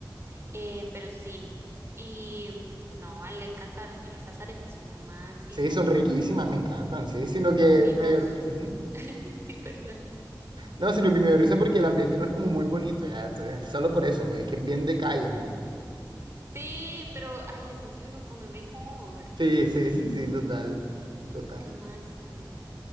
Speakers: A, on the right; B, on the right.
A: Eh, pero sí, y no, a él le encantaron, esas arepas son lo máximo.
B: Sí, son riquísimas, me encantan, sí, sino que
A: Comimos,
B: me dio- ujú.
A: <laughs> sí, perdón.
B: No, sino que me dio risa porque el ambiente no es como muy bonito, ya, entonces, solo por eso, güey, es que es bien de calle, ¿no?
A: Sí, pero ahí es donde uno come mejor.
B: Sí, sí, sí, sí, total, total.
A: Lo máximo.